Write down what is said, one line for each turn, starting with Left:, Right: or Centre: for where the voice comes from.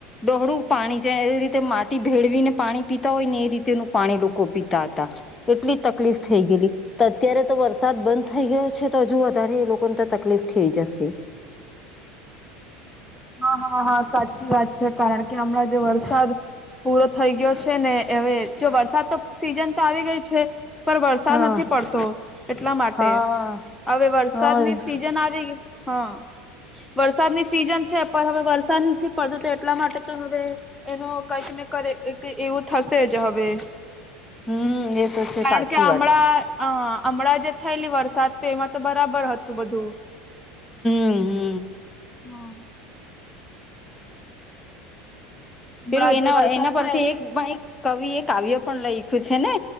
Left: ડોહળું પાણી છે એ રી તે માટી ભેળવીને પાણી પીતા હોય ને એ રીતેનું પાણી લોકો પીતા હતા. એટલી તકલીફ થઈ ગયેલી. તો અત્યારે તો વરસાદ બંધ થઈ ગયો છે તો હજુ વધારે એ લોકોને તો તકલીફ થઈ જશે.
Centre: હા હા હા સાચી વાત છે કારણ કે હમણાં જે વરસાદ પૂરો થઈ ગયો છે ને હવે જો વરસાદ તો સીઝન તો આવી ગઈ છે. પણ વરસાદ
Left: હા
Centre: નથી પડતો, એટલા માટે
Left: હા
Centre: હવે વરસાદની
Left: હા એ
Centre: સિઝન આવી ગઈ હા, વરસાદની સિઝન છે પણ હવે વરસાદ નથી પડતો તો એટલા માટે તો હવે એનો કંઈક ને કરે એવું થશે જ હવે,
Left: હમ એ તો છે
Centre: કારણ
Left: સાચી
Centre: કે હમણાં
Left: વાત
Centre: આ હમણાં જે થયેલી વરસાદ તો એમાં તો બરાબર હતું બધું.
Left: હમ્મ હમ્મ.
Centre: હા. હમણાં
Left: પેલું એના
Centre: જે વરસાદ
Left: એના પરથી
Centre: થાય
Left: એક પણ એક કવિ એ કાવ્ય પણ લઈખ્યું છે ને?